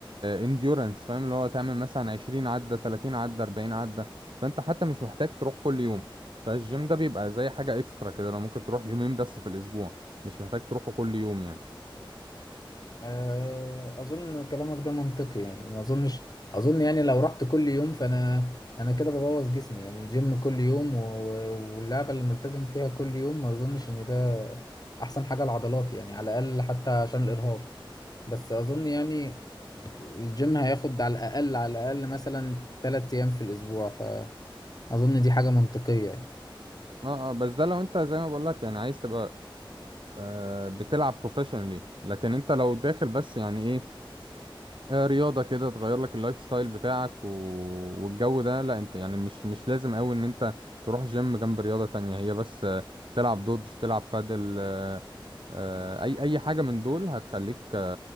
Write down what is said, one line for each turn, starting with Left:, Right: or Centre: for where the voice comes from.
Right: انديورنس فاهم اللي هو تعمل مثلا 20 عدة 30 عدة 40 عدة فانت حتى مش محتاج تروح كل يوم فالجيم ده بيبقى زي حاجة اكسترا كده لو ممكن تروح يومين بس في الاسبوع مش محتاج تروحه كل يوم يعني
Left: آه، أظن كلامك ده منطقي يعني ما أظنش أظن يعني لو رحت كل يوم فأنا أنا كده ببوظ جسمي يعني جيم كل يوم و- و- واللعبة اللي ملتزم فيها كل يوم ما أظنش إن ده أحسن حاجة لعضلاتي يعني على الأقل حتى عشان الإرهاق بس أظن يعني الجيم هياخد على الأقل على الأقل مثلا تلات أيام في الأسبوع فأظن دي حاجة منطقية يعني
Right: اه اه بس ده لو انت زي ما بقول لك يعني عايز تبقى آه، بتلعب بروفيشنالي لكن انت لو داخل بس يعني ايه آه، رياضة كده تغير لك اللايف ستايل بتاعك و... والجو ده لا انت يعني مش مش لازم قوي ان انت تروح جيم جنب رياضة تانية هي بس آه، تلعب دودج تلعب بادل آه، آه، اي اي حاجة من دول هتخليك